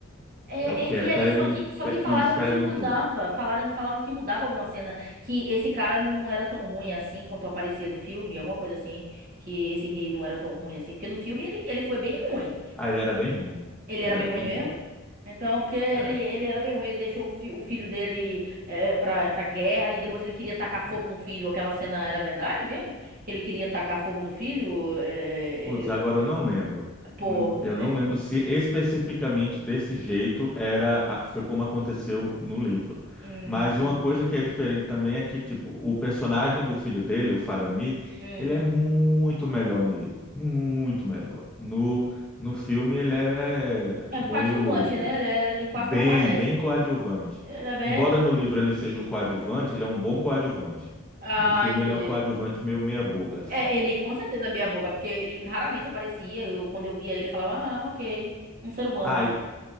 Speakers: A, on the right (about 40°); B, in the centre.
A: É,
B: É o que
A: e,
B: é
A: e
B: Peregrine,
A: aí, só que, só
B: Pe-
A: que falaram
B: isso, Peregrine
A: que mudava,
B: Took
A: falaram, falaram que mudava alguma cena, que esse cara não era tão ruim assim quanto aparecia no filme, alguma coisa assim, que esse rei não era tão ruim assim, porque no filme ele, ele foi bem ruim,
B: Ah, ele era bem ruim.
A: ele
B: Ele
A: era bem
B: era
A: ruim
B: bem
A: mesmo,
B: ruim.
A: então, porque ele,
B: É,
A: ele era bem ruim, ele deixou o, fi- o filho dele é, pra, pra guerra, e depois ele queria tacar fogo
B: é.
A: no filho, aquela cena era verdade mesmo? Que ele queria tacar fogo no filho? É, é,
B: Putz, agora
A: é,
B: eu não lembro.
A: pô,
B: Hum, Eu
A: é,
B: não lembro se especificamente desse jeito era, a- foi como aconteceu no livro.
A: hum,
B: Mas uma coisa que é diferente também é que, tipo, o personagem do filho dele, o Faramir,
A: hum.
B: ele é muito melhor no livro. Muito melhor. No, no filme ele é
A: É
B: meio
A: um coadjuvante, né? Ele, é- ele quase
B: Bem,
A: não aparece.
B: bem coadjuvante.
A: Ele é bem.
B: Embora no livro ele seja um coadjuvante, ele é um bom coadjuvante.
A: Ah,
B: No filme
A: entendi.
B: ele é um coadjuvante meio meia boca, assim.
A: É, ele com certeza é meia boca, porque ele raramente aparecia. Eu, quando eu via ele, eu falava, ah, ok, um ser humano.
B: Ah, e